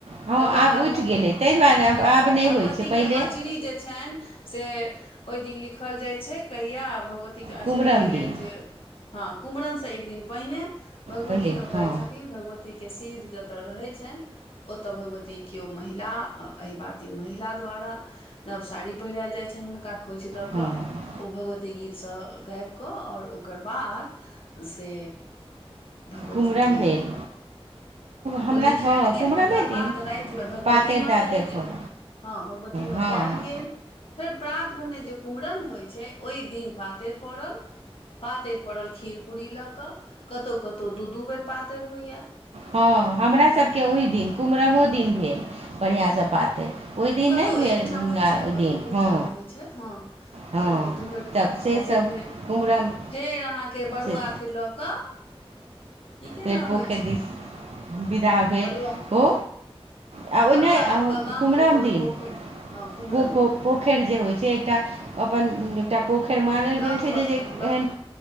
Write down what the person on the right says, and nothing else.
हँ
आब
उठि
ताहि दुआरे आब
आब नहि
होइ छै पहिले
कुम्हरम दिन
पहिले
हँ
हँ
कुम्हरम भेल हमरा
हँ
कुम्हरमे
दिन
पातरि
तातरि
पर
हँ हँ
हँ हमरासभके ओहि दिन कुम्हरमो दिन भेल बढ़िआँसँ पातरि- ओहि दिन
नहि भेल
ओहि
दिन
हँ
हँ
तब से
सब
कुम्हरम
से
फेर पोखरि
दिस विदा भेल
ओ। आ
ओना
कुमरन
दिन
पोख
पोखरि जे होइत छै एकटा। अपन
एकटा पोखरि मानल
गेल छै
जे जे एहेन